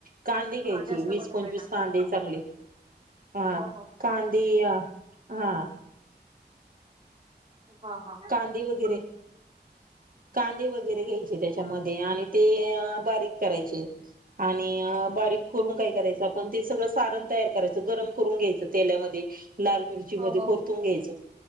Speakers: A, on the right (about 50°); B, on the right (about 35°).
A: कांदे घ्यायची
B: हा जास्त
A: वीस
B: कोथंबीर
A: पंचवीस
B: टाकायची
A: कांदे चांगले हा
B: हो हो
A: कांदे या हा
B: हा हा!
A: कांदे वगैरे, कांदे वगैरे घ्यायचे त्या च्या मधे आणि ते अ बारीक करायचे, आणि बारीक करून काय करायच? आपण ते सगळं सारण तयार करायचं, गरम करून घ्यायचं तेल्यामध्ये लाल मिर मिरची
B: हो
A: मध्ये
B: हो
A: परतून घ्यायचं,